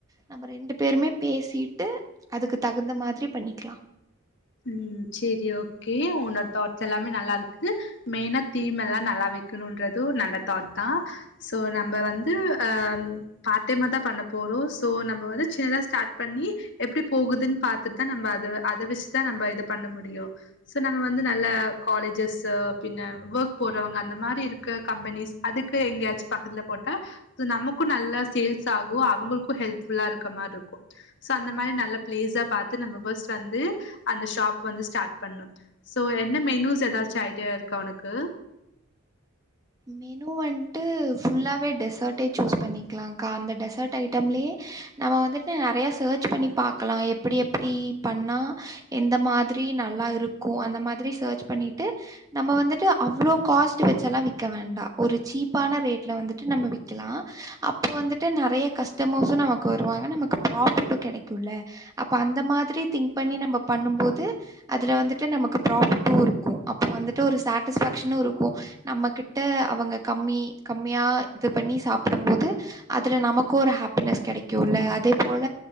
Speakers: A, on the right; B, on the left.
A: நம்ம ரெண்டு பேருமே பேசிட்டு அதுக்கு தகுந்த மாதிரி பண்ணிக்கலா
B: ம் சேரி ஓகே உன்னோட தாட்ஸ் எல்லாமே நல்லா இருக்கு மெயினா தீம் எல்லா நல்லா வைக்கணுன்றது நல்ல தாட் தா சோ நம்ப வந்து அ பார்ட் டைமா தான் பண்ண போறோ சோ நம்ம வந்து சின்னதா ஸ்டார்ட் பண்ணி எப்டி போகுதுன்னு பாத்துட்டுதா நம்ம அத அத வச்சுதா நம்ப இது பண்ண முடியு சோ நம்ம வந்து நல்ல காலேஜஸ்ஸு பின்ன வோர்க் போறவங்க அந்த மாறி இருக்க கம்பெனிஸ் அதுக்கு எங்கயாச்சும் பக்கத்துல போட்டா சோ நமக்கு நல்லா சேல்ஸ் ஆகு அவுங்களுக்கு ஹெல்ப்ஃபுல்லா இருக்க மாரி இருக்கு சோ அந்த மாரி நல்ல பிளேஸா பாத்து நம்ம ஃபஸ்ட் வந்து அந்த ஷாப் வந்து ஸ்டார்ட் பண்ணு சோ என்ன மெனூஸ் ஏதாச்சு ஐடியா இருக்கா ஒனக்கு
A: மெனு வன்ட்டு ஃபுல்லாவே டெசர்ட்டே சூஸ் பண்ணிக்கலாக்கா அந்த டெசர்ட் ஐட்டம்லேயே நம்ம வந்துட்டு நறையா சர்ச் பண்ணி பாக்கலா எப்படி எப்படி பண்ணா எந்த மாதிரி நல்லா இருக்கு அந்த மாதிரி சர்ச் பண்ணிட்டு நம்ம வந்துட்டு அவ்ளோ காஸ்ட் வச்சல்லா விக் க வேண்டா ஒரு சீப்பான ரேட்ல வந்துட்டு நம்ம விக்கலா அப்போ வந்துட்டு நறைய கஸ்டமர்ஸ்ஸு நமக்கு வருவாங்க நமக்கு பிராஃபிட்டு கெடைக்குல்ல அப்ப அந்த மாதிரி திங்க் பண்ணி நம்ப பண்ணும் போது அதுல வந்துட்டு நமக்கு பிராஃபிட்டு இருக்கு அப்போ வந்துட்டு ஒரு சாடிஸ்ஃபேக்ஷனு இருக்கு நமக் கிட்ட அவங்க கம்மி கம்மியா இது பண்ணி சாப்பிடும்போது அதுல நமக்கு ஒரு ஹாப்பினஸ் கெடைக்குல்ல அதே போல